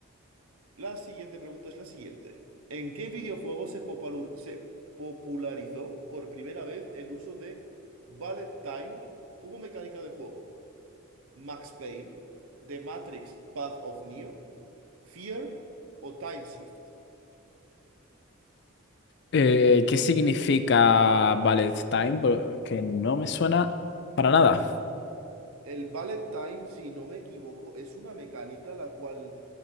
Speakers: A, on the right (about 80°); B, on the left (about 50°).
A: La siguiente pregunta es la siguiente. ¿En qué videojuego se, popalur- se popularizó por primera vez el uso de Bullet Time como mecánica de juego? ¿Max Payne, The Matrix Path of Neo, Fear o Time Shift?
B: Eh, ¿qué significa Ballet Time? Porque no me suena para nada.
A: El bullet time, si no me equivoco, es una mecánica la cual